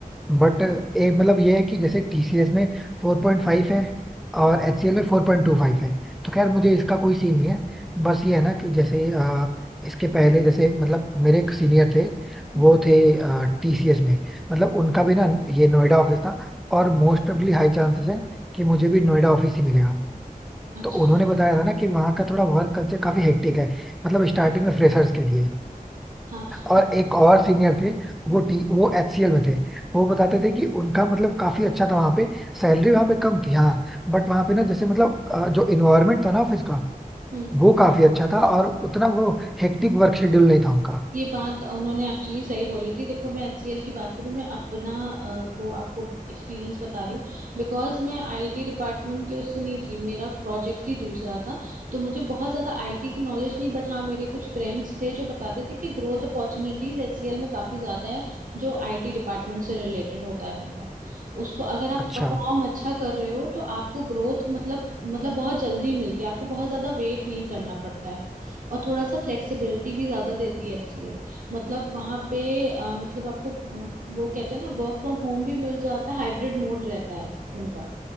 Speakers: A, in the centre; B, on the right.
A: बट एक मतलब ये है कि जैसे टीसीएस में 4.5 है और एचसीएल में 4.25 है तो खैर मुझे इसका कोई सीन नहीं है बस ये है ना कि जैसे अ, इसके पहले जैसे मतलब मेरे एक सीनियर थे
B: हम्म,
A: वो थे टीसीएस में मतलब उनका भी ना ये नोएडा ऑफिस था और मोस्ट प्रोबेबली हाई चांसेस है कि मुझे भी नोएडा ऑफिस ही मिलेगा
B: अच्छा
A: तो उन्होंने बताया था ना कि वहाँ का थोड़ा वर्क कल्चर काफी हेक्टिक है मतलब स्टार्टिंग में फ्रेशर्स के लिए
B: हाँ हम्म
A: और एक और सीनियर थे
B: हम्म
A: वो टी वो एचसीएल में थे वो बताते थे कि उनका मतलब काफी अच्छा था वहां पे सैलरी वहां पे कम थी हाँ बट वहां पे ना जैसे मतलब अ, जो इन्वायरमेंट था ना ऑफिस का
B: हम्म।
A: वो काफी अच्छा था और उतना वो हेक्टिक वर्क शेड्यूल नहीं था उनका
B: ये बात उन्होंने एक्चुअली सही बोली थी देखो मैं एचसीएल की बात करूँ मैं अपना अ, वो आपको एक्सपीरियंस बता रही हूँ बिकॉज मैं आईटी डिपार्टमेंट के उससे नहीं थी मेरा प्रोजेक्ट ही दूसरा था तो मुझे बहुत ज़्यादा आईटी की नॉलेज नहीं बट हाँ मेरे कुछ फ्रेंड्स थे जो बताते थे कि ग्रोथ अपॉर्चुनिटीज एचसीएल में काफ़ी ज़्यादा है जो आईटी डिपार्टमेंट से रिलेटेड होता है बंदा उसको अगर आप
A: अच्छा
B: परफॉर्म अच्छा कर रहे हो तो आपको ग्रोथ मतलब मतलब बहुत जल्दी मिलती है आपको बहुत ज़्यादा वेट नहीं करना पड़ता है और थोड़ा सा फ्लेक्सिबिलिटी भी ज्यादा देती है HCL मतलब वहाँ पे अ, मतलब आपको अ, वो कहते हैं ना वर्क फ्रॉम होम भी मिल जाता है हाइब्रिड मोड रहता है उनका